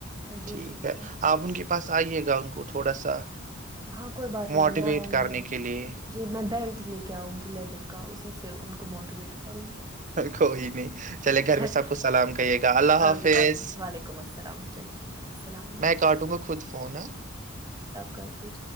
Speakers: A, on the right (about 20°); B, on the right (about 40°).
A: جی
B: ٹھیک
A: جی
B: ہے
A: جی
B: آپ ان کے پاس آئیے گا ان کو تھوڑا سا
A: ہاں کوئی بات
B: موٹیویٹ
A: نہیں میں آؤں
B: کرنے
A: گی
B: کے لیے
A: جی میں بیلٹ لے کے آؤں گی لیدر کا اسی سے ان کو موٹیویٹ کروں گی
B: کوئی نہیں چلے گھر
A: چل،
B: میں سب کو سلام کہے گا اللہ حافظ
A: ابھی ابھی وعلیکم السلام چلے ٹھیک ہے السلام علیکم
B: میں کاٹوں گا خود فون ہ
A: کا لی <unintelligible>